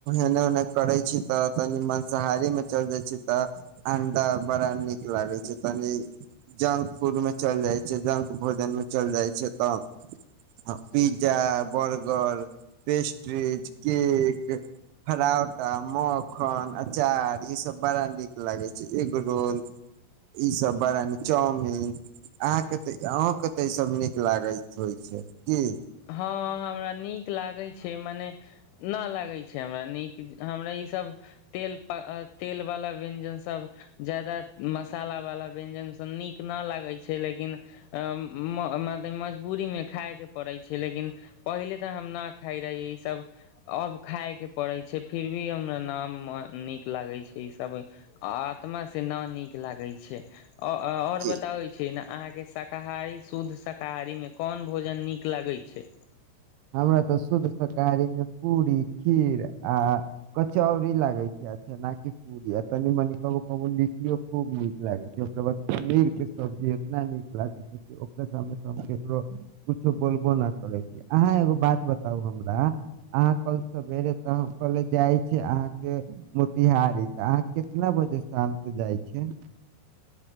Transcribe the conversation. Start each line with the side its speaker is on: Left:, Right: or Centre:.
Right: एने ओने करै छी तऽ तनी माँंसाहारीमे चल जाइ छी तऽ अंडा बड़ा नीक लागे छै तनि जंक फूडमे चलि जाइ छै तऽ जंक भोजनमे चल जाइ छै तब हाँ पिज्जा बर्गर पेस्ट्रीज केक फराउटा मखन अचार ई सब बड़ा नीक लागै छै एगरोल ई सब बड़ा नीक चाउमिन अहाँके तऽ अन्हुके तऽ ई सब नीक लागै होइत छै की
Left: हाँ हमरा नीक लागै छै मने ना लागै छै हमरा नीक हमरा ईसभ तेल तेल वला व्यञ्जन सब ज्यादा मसालावला व्यञ्जन सब नीक नहि लागै छै लेकिन अ-म-मलतब मजबूरीमे खाइके पड़ै छै लेकिन पहिले तऽ हम नहि खाइ रहियै ई सब अब खाइके पड़ै छै फिर भी हमरा नाम नीक लागै छै ई सब आत्मा से नऽ नीक लागै छै ओ-अ-आओर
Right: जी।
Left: बताबै छियै नऽ अहाँके श- शाकाहारी शुद्ध शाकाहारीमे कोन भोजन नीक लगै छै
Right: हमरा तऽ शुद्ध शाकाहारीमे पूरी खीर आ कचौरी लागै छै अच्छा नाकि पूरि आ तनी मनि कहूँ कहूँ लिट्टीयो खूब नीक लागै छै ओकरा बाद पनीरके सब्जी एतना नीक लागे देखियो ओकरा सामने हम केकोरो कुछो बोलबो न करै छियै अहाँ एगो बात बताउ हमरा अहाँ कल सवेरे तऽ हम कले जाइ छै अहाँके मोतिहारी तऽ अहाँ कितना बजे शामके जाइ छै